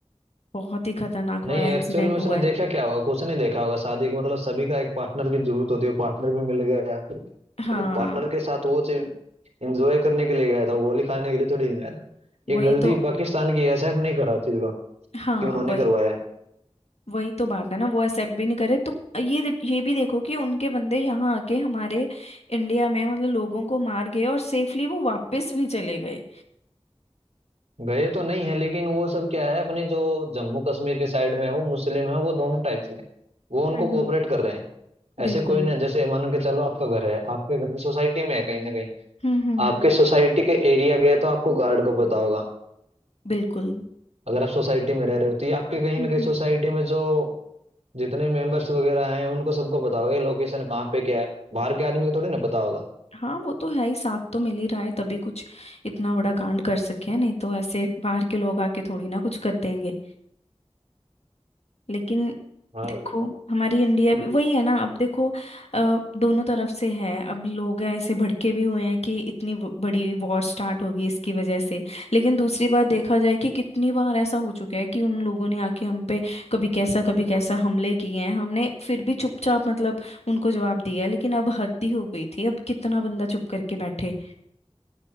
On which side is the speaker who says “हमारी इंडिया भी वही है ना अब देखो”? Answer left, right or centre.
Left